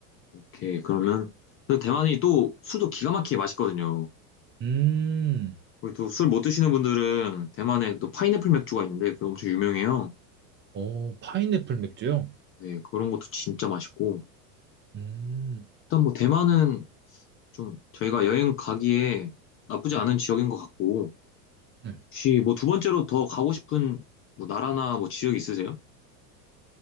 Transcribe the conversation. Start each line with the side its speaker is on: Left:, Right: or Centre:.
Left: 오케이, 그러면 그 대만이 또 술도 기가 막히게 맛있거든요.
Right: 음.
Left: 그리고 또 술 못 드시는 분들은 대만에 또 파인애플 맥주가 있는데 그거 엄청 유명해요.
Right: 어, 파인애플 맥주요?
Left: 네, 그런 것도 진짜 맛있고.
Right: 음.
Left: 일단 뭐 대만은 좀 저희가 여행 가기에 나쁘지 않은 지역인 것 같고.
Right: 네.
Left: 혹시 뭐 두 번째로 더 가고 싶은 뭐 나라나 뭐 지역 있으세요?